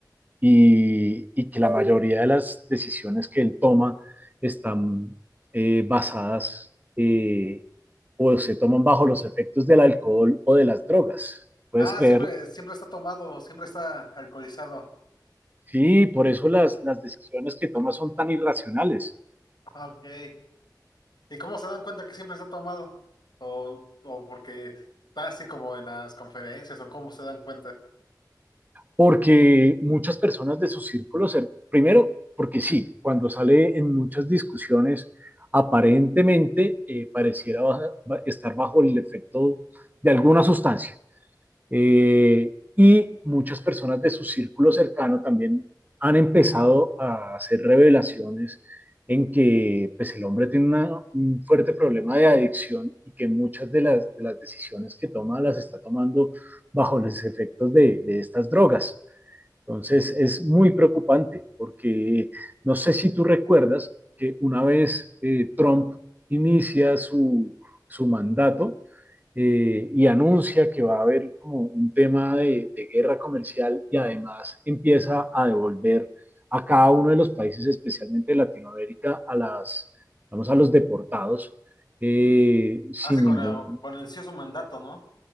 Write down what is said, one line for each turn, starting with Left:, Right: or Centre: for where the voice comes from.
Right: y, y, que la mayoría de las decisiones que él toma están eh, basadas eh, o se toman bajo los efectos del alcohol o de las drogas. ¿Puedes
Left: Ah,
Right: creerlo?
Left: siempre, siempre está tomado, siempre está alcoholizado.
Right: Sí, por eso las, las decisiones que toma son tan irracionales,
Left: Ah, Ok. ¿Y cómo se dan cuenta que siempre está tomado? O, o porque está así como en las conferencias, o cómo se dan cuenta.
Right: porque muchas personas de su círculo, cer- primero, porque sí, cuando sale en muchas discusiones, aparentemente eh, pareciera baja- ba- estar bajo el efecto de alguna sustancia. Eh, y muchas personas de su círculo cercano también han empezado a hacer revelaciones en que pues, el hombre tiene una, un fuerte problema de adicción y que muchas de las, de las, decisiones que toma las está tomando bajo los efectos de, de estas drogas. Entonces es muy preocupante porque no sé si tú recuerdas que una vez eh, Trump inicia su, su mandato eh, y anuncia que va a haber como un tema de, de guerra comercial y además empieza a devolver a cada uno de los países, especialmente de Latinoamérica, a las, vamos, a los deportados eh, sin
Left: Hace cuando,
Right: ningún
Left: cuando inició su mandato, ¿no?